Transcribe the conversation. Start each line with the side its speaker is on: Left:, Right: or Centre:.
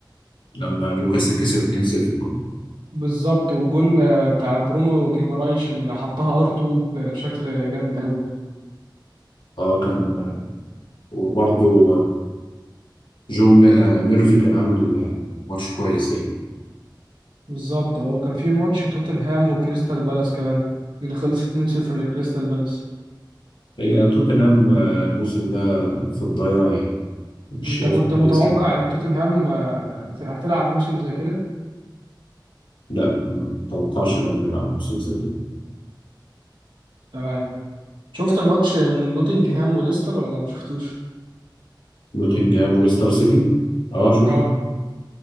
Left: لما نيوكاسل كسب 2-0
Right: بالظبط والجون آه، بتاع برونو جيمارايش اللي حطها ار 2 بشكل جامد قوي
Left: اه كان آه، وبرضه آه، جو م- آه، ميرفي كان عامل آه، ماتش كويس يعني
Right: بالظبط اه وكان في ماتش توتنهام وكريستال بالاس كمان اللي خلص 2-0 لكريستال بالاس
Left: هي توتنهام آه، الموسم ده في الضياع يعني مش
Right: انت
Left: شايفه
Right: كنت متوقع
Left: كويس يعني
Right: ان توتنهام آه، هتلعب موسم زي كده
Left: لا ما اتوقعش ان هم يلعبوا موسم زي ده
Right: تمام شفت ماتش نوتنجهام وليستر ولا ما شفتوش
Left: نوتنجهام وليستر سيتي اه شفت
Right: اه